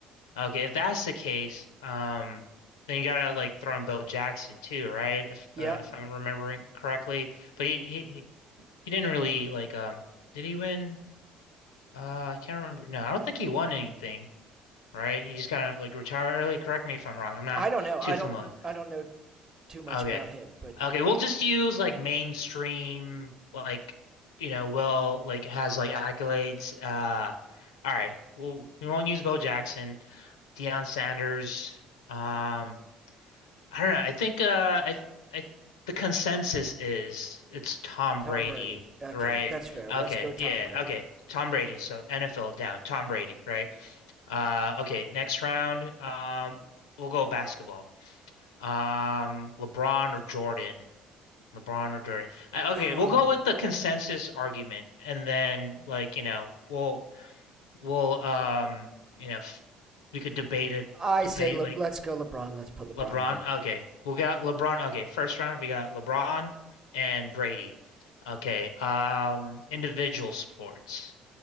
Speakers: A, on the left (about 80°); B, on the right (about 30°).
A: okay, if that's the case, um then you gotta like throw in Bill Jackson too, right? If
B: Yeah,
A: uh, if I'm remembering correctly. But he, he he didn't really like um did he win? Uh I can't remember. No, I don't think he won anything, right? He just kind of like retired early. Correct me if I'm wrong. I'm not
B: I don't know. I
A: too
B: don't.
A: familiar.
B: I don't know too much
A: Okay.
B: about him, but
A: Okay, we'll just use like mainstream like you know, Will like has like accolades. Uh all right. Well, we won't use Bo Jackson, Deion Sanders. Um I don't know. I think uh I I the consensus is it's Tom
B: Tom
A: Brady,
B: Brady. Okay,
A: right?
B: that's fair.
A: Okay.
B: Let's go Tom
A: Yeah,
B: Brady.
A: okay. Tom Brady. So NFL down. Tom Brady, right? Uh okay, next round. Um we'll go basketball. Um LeBron or Jordan? LeBron or Durant. I,
B: Um,
A: okay, we'll go with the consensus argument, and then like you know we'll we'll um you know f we could debate it
B: I
A: debate
B: say Le-
A: like
B: let's go LeBron. Let's put LeBron
A: LeBron.
B: in there.
A: Okay, we'll got LeBron. Okay, first round we got LeBron and Brady. Okay, um individual sports.